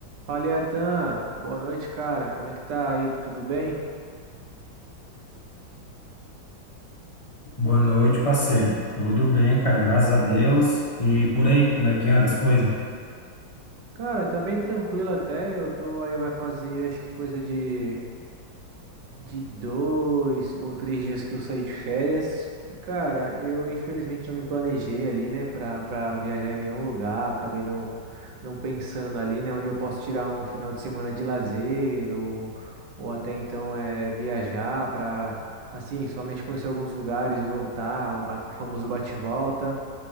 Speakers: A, on the right; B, on the left.
A: Fala, Iatan. Boa noite, cara. Como é que tá aí? Tudo bem?
B: Boa noite, parceiro. Tudo bem, cara, graças a Deus. E por aí, como é que anda as coisas?
A: Cara, tá bem tranquilo até. Eu tô aí, vai fazer acho que coisa de, de dois ou três dias que eu saí de férias. E, cara, eu infelizmente não me planejei ali, né, pra, pra viajar em nenhum lugar. Acabei não, não pensando ali, né, onde eu posso tirar um final de semana de lazer ou, ou até então é viajar pra, assim, somente conhecer alguns lugares e voltar, um- a- o famoso bate-volta.